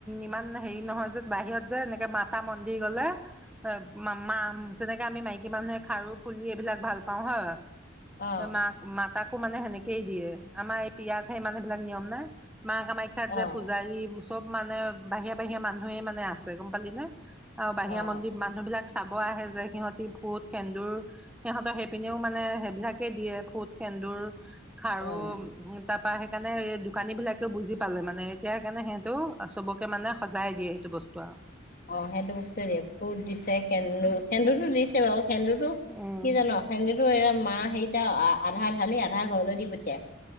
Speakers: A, in the centre; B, on the left.
A: ইমান হেৰি নহয় যে বাহিৰত যে এনেকে মাতা মন্দিৰ গ'লে অ মা মা যেনেকে আমি মাইকী মানুহে খাৰু ফুলি এইবিলাক ভাল পাওঁ হা
B: অ
A: মা মাতাক আকৌ মানে সেনেকেই দিয়ে আমাৰ এই পিয়াজহে ইমানবিলাক নিয়ম হয়নে? মা কামাখ্যাত
B: অ
A: যে পূজাৰী মুচ চব মানে বাহিৰা -বাহিৰা মানুহেই মানে আছে গম পালি নে। আৰু বাহিৰা
B: অ
A: মন্দিৰ মানুহ বিলাকচ। চাব আহে যে সিহঁতি ফুট সেন্দুৰ সিহঁতৰ সেইপিনেও মানে সেইবিলাকে দিয়ে ফুট সেন্দুৰ খাৰু
B: অ
A: উ তাপা সেইকাৰণে এই দোম দোকানী বিলাকেও বুজি পালে মানে এতিয়া সেইকাৰণে সেতেওঁ চবকে মানে সজাই দিয়ে সেইটো বস্তু আৰু
B: অ 'সেইটো বস্তুৱে দিয়ে ফুত দিছে সেন্দুৰ সেন্দুৰতো দিছে বাৰু সেন্দুৰতো কি
A: উম
B: জানো সেন্দুৰতো এয়া মা হেৰি এতিয়া আধা ঢালি আধা ঘৰলৈ দি পঠিয়াই।